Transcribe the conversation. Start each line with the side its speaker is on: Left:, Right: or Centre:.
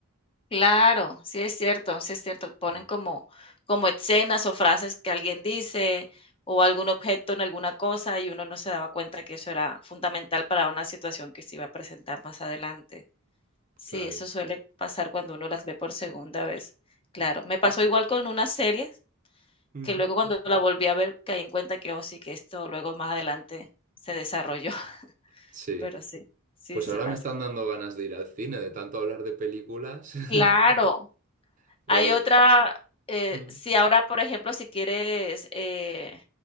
Left: Claro, sí es cierto, sí es cierto. Ponen
Right: Mm,
Left: como, como escenas o frases que alguien dice o algún objeto en alguna cosa y uno no se daba cuenta que eso era fundamental para una situación que se iba a presentar más adelante. Sí,
Right: Claro.
Left: eso suele pasar cuando uno las ve por segunda vez. Claro,
Right: Mm.
Left: me pasó igual con unas series
Right: Mm,
Left: que luego cuando la volví a ver caí en cuenta que, oh, sí, que esto luego más adelante se desarrolló, <laughs>
Right: Sí.
Left: pero sí, sí,
Right: Pues
Left: sí
Right: ahora
Left: pasa.
Right: me están dando ganas de ir al cine, de tanto hablar de películas. <laughs>
Left: Claro,
Right: Pues,
Left: Hay otra, eh,
Right: Mm.
Left: si ahora, por ejemplo, si quieres, eh,